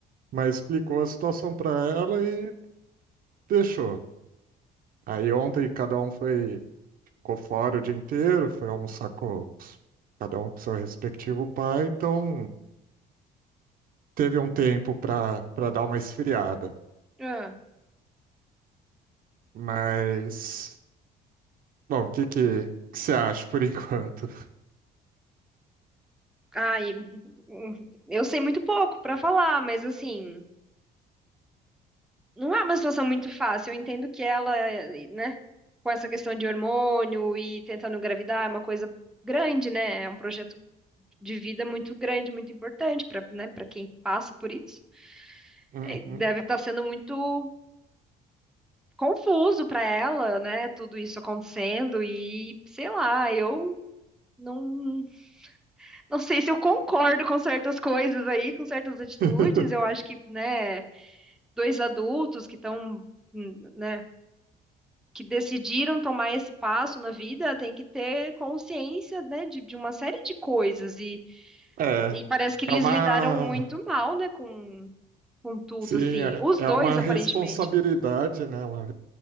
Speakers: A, on the right; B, in the centre.
A: mas explicou a situação para ela e deixou. Aí ontem cada um foi, ficou fora o dia inteiro, foi almoçar com os- cada um com seu respectivo pai, então teve um tempo para para dar uma esfriada.
B: Ah,
A: Mas, bom, o que que, que você acha por enquanto? <laughs>
B: Ai, <laughs> eu sei muito pouco pra falar, mas assim, não é uma situação muito fácil. Eu entendo que ela, né, com essa questão de hormônio e tentando engravidar, é uma coisa grande, né? É um projeto de vida muito grande, muito importante para, né, para quem passa por isso.
A: Uhum.
B: Eh, Deve estar sendo muito confuso pra ela, né? Tudo isso acontecendo e sei lá, eu não. Não sei se eu concordo com certas coisas aí, com certas atitudes.
A: <laughs>
B: Eu acho que, né, dois adultos que estão, né, que decidiram tomar esse passo na vida, tem que ter consciência, né, de, de uma série de coisas. E,
A: É,
B: e parece que eles
A: é uma
B: lidaram muito mal, né, com, com tudo,
A: Sim,
B: assim.
A: é
B: Os dois,
A: é uma responsabilidade,
B: aparentemente.
A: né? Uma,